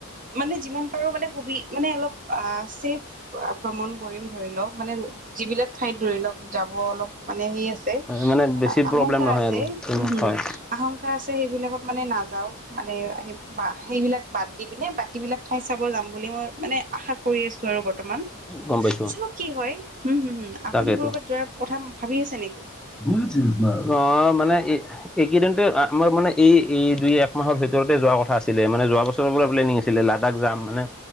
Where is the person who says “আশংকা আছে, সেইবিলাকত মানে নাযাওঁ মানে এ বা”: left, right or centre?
Right